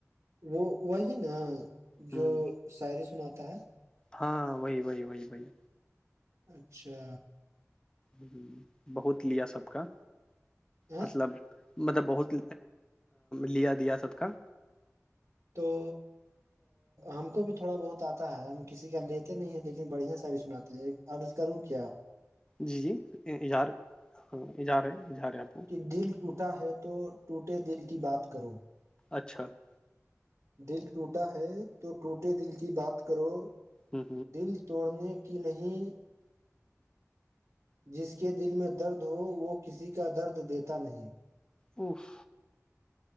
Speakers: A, on the right; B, on the left.
A: وہ وہی نا
B: ہ
A: جو شاعری سناتا ہے
B: ہاں وہی وہی وہی وہی
A: اچھا
B: ج بہت لیا سب کا
A: ہاں
B: مطلب <unintelligible> مطلب بہت لیا دیا سب کا
A: تو <unintelligible> ہم کو بھی تھوڑا بہت آتا ہے ہم کسی کا لیتے نہیں ہیں لیکن بڑھیا ساری سناتے ہیں عرض کروں کیا
B: جی جی اظہار ہاں اجہار ہے اظہار ہے آپ کو
A: کہ دل ٹوٹا ہے تو ٹوٹے دل کی بات کرو
B: اچھا <unintelligible>
A: دل ٹوٹا ہے تو ٹوٹے دل کی بات کرو
B: ہ
A: دل توڑنے کی نہیں جس کے دل میں درد ہو وہ کسی کا درد دیتا نہیں
B: اف